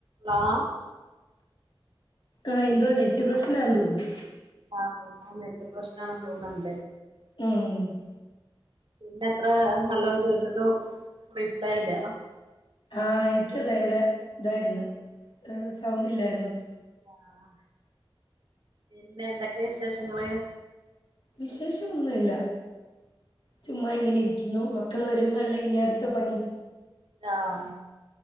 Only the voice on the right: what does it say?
ഹലോ
ആ നെറ്റ് പ്രശ്നം ആ തോന്നുണ്ട്
പിന്നെ അത്ര ഹല്ലോ ചോയിച്ചിട്ട് റീപ്ലൈ അല്ല
ആഹ പിന്നെ എന്തൊക്കെയ വിശേഷങ്ങള്
ആഹ